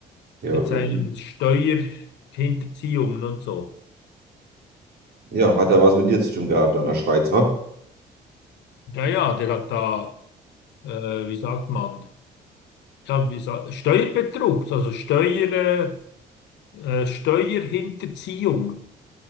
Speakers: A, on the right; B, on the left.
A: jo.
B: Mit seinen Steuerhinterziehungen und so.
A: Ja, hat er was mit dir zu tun gehabt, an der Schweiz, wa?
B: Naja, der hat da, äh, wie sagt man, ja, wie sa Steuerbetrug, also Steuer, äh, äh, Steuerhinterziehung.